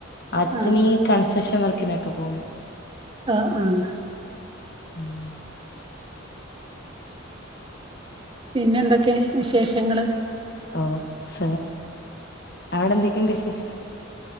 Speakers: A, on the left; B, on the right.
A: അച്ഛൻ
B: ആഹ്
A: ഈ കൺസക്ട്രക്ഷൻ വർക്കിനൊക്കെ പോകുന്നു
B: അ ആഹ്
A: ഉം
B: പിന്നെ എന്തൊക്കെ വിശേഷങ്ങള്
A: ഓ സ അവിടെ എന്തൊക്കെയുണ്ട് വിശേഷം